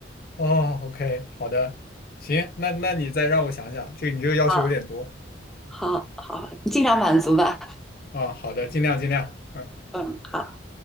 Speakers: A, on the left; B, in the centre.
A: 哦，OK，好的，行，那那你再让我想想，这个你这个要求有点多
B: 啊好，好，好，尽量满足吧。
A: 啊，好的，尽量尽量。嗯。
B: 嗯，好。